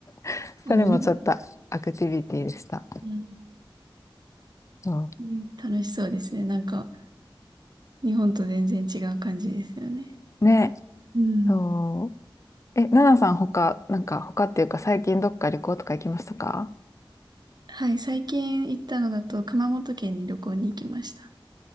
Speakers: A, on the left; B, on the right.
A: <laughs>
B: あのね
A: それもちょっとアクティビティでした。
B: うん
A: そ
B: うん楽しそうですね。なんか、日本と全然違う感じですよね。
A: う。ね、
B: うん。
A: そう。え、ナナさん他、なんか他っていうか最近どっか旅行とか行きましたか
B: はい、最近行ったのだと熊本県に旅行に行きました。